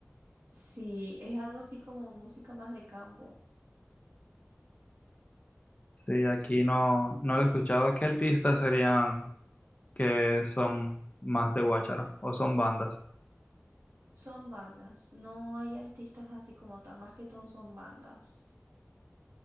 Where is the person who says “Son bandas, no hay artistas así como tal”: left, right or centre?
Right